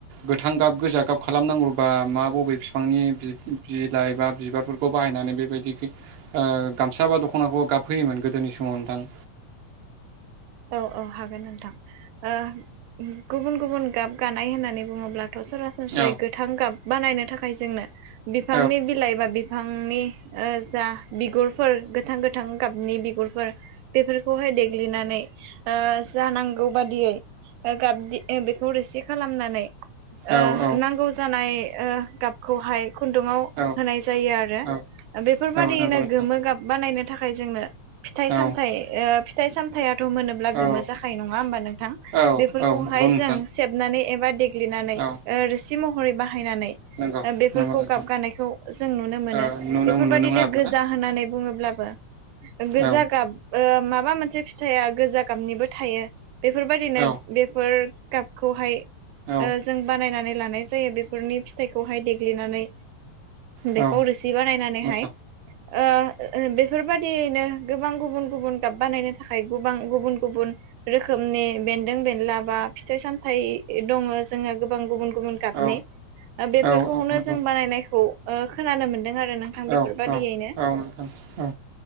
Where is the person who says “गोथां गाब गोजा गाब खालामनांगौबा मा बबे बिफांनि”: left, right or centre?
Right